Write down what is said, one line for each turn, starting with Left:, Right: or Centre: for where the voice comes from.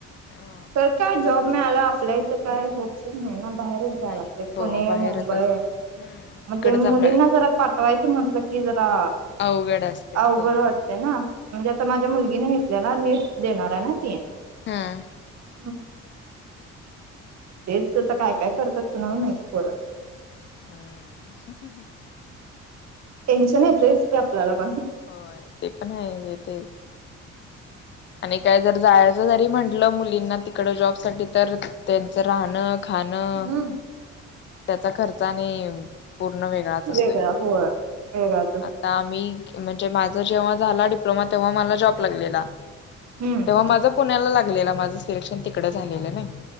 Left: हा.
Right: तर काय जॉब मिळाला आपल्या इथं काय होप्स नाही ना बाहेर-
Left: नाही
Right: लागते पुणे,
Left: हो बाहेरच
Right: मुंबई
Left: असते. हम्म.
Right: मग
Left: तिकडच
Right: ते
Left: आपला
Right: मुलींना जरा पाटवायचं म्हटलं की, की जरा.
Left: अवघड असते
Right: अवघड
Left: होय.
Right: वाटते ना म्हणजे आता माझ्या मुलगीने घेतलेला नीट देणार आहे ना ती,
Left: हम्म हम्म
Right: हा तेच आता काय काय करतात कुणाला माहीत.
Left: हा <inaudible>
Right: टेन्शन येतंच की ते आपल्याला पण,
Left: होय ते पण आहे येते. आणि काय जर जायचं जरी म्हटलं, मुलींना तिकड जॉब साठी तर त्यांचं राहणं खाणं,
Right: हम्म
Left: त्याचा खर्चाने- पूर्ण वेगळाच
Right: वेगळा
Left: असतोय,
Right: होय वेगळाच असतो
Left: आता आम्ही- म्हणजे माझा जेव्हा झाला डिप्लोमा, तेव्हा मला जॉब लागलेला.
Right: हम्म
Left: मग माझा पुण्याला लागलेला, माझं सिलेक्शन तिकड झालेलं नाही